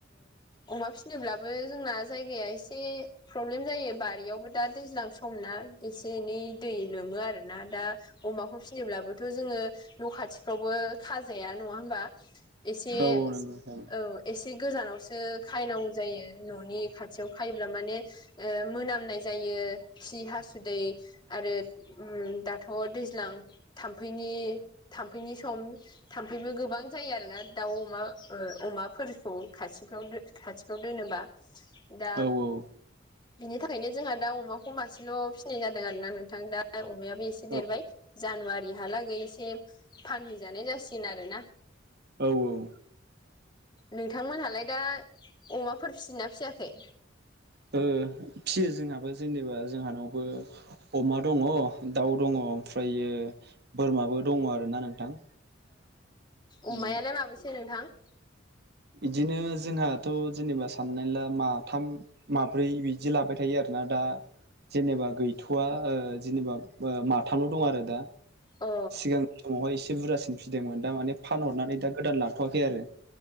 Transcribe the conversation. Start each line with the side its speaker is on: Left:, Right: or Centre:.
Left: अमा फिसिनोब्लाबो जोंना जायगाया एसे प्रब्लेम जायो बारियावबो दा दैज्लां समना एसे एनै दै लोमो आरोना दा अमाखौ फिसिनोब्लाबोथ' जोङो न' खाथिफ्रावबो खाजाया नङा होमबा। एसे
Right: औ नंगौ नोंथां
Left: औ। एसे गोजानावसो खायनांगौ जायो न'नि खाथियाव खायोब्ला माने मोनामनाय जायो खि हासुदै आरो दा थ' दैज्लां थामफैनि थाम्फैनि सम थाम्फैबो गोबां जायो आरोना दाउ अमा अमाफोरखौ खाथिफ्राव खाथिफ्राव दोनोबा दा
Right: औ औ
Left: बिनि थाखायनो जोंहा दा अमाखौ मासेल' फिसिनाय जादों आरोना नोंथां दा अमायाबो एसे
Right: औ
Left: देरबाय जानुवारिहालागै एसे फानहैजानाय जासिगोन आरोना।
Right: औ औ
Left: नोंथांमोनहालाय दा अमाफोर फिदोंना फियाखै।
Right: फियो जोंहाबो जेनेबा जोंहानावबो अमा दङ' दाउ दङ' ओमफ्रायो बोरमाबो दङ' आरोना नोंथां।
Left: अमायालाय
Right: उम
Left: माबेसे नोंथां।
Right: बिदिनो जोंहाथ' जेनेबा साननानै ला माथाम। माब्रै बिदि लाबाय थायो आरोना दा जेनेबा गैथ'वा जेनेबा माथाल' दं आरो दा।
Left: अ
Right: सिगांनि समावहाय एसे बुरजासिन फिदोंमोन दा माने फानहरनानै दा गोदान लाथ'वाखै आरो।